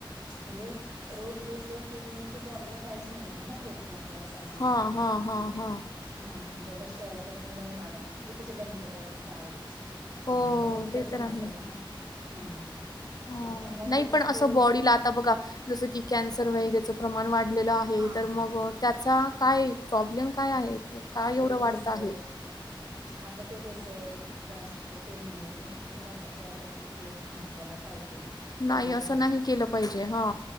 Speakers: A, on the right; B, on the left.
A: म्हणजे रोज-रोज दुध ते देऊन ते बॉडीला काहीच मिळणार नाही ना प्रोटीन आपल्याला पाहिजे.
B: हा
A: ते
B: हा हा हा
A: हा म्हणजे आता शहराकडचे मुल गावाकडचे ते कसे दनकट असतात गावाकडचे.
B: हो
A: तस इकडचे
B: ते तर
A: नसतात
B: आहे.
A: ना हा.
B: हो.
A: मग त्यामुळ
B: नाही
A: त्याचा
B: पण असं
A: तो इफेक्ट
B: <unintelligible> बघा जस की कॅन्सर वगैरेच प्रमाण वाढलेलं आहे
A: हा
B: तर मग त्याचा काय प्रॉब्लेम काय आहे तो? काय
A: हे
B: एवढ
A: भेसळ
B: वाढत आहे?
A: आता ते कसं जास्त आता पेन किलर भरपूर खातात जरा काहीतरी दुखल की हां बाबा खाऊ देत. कमी
B: नाही
A: येते
B: अस नाही केल पाहिजे हा.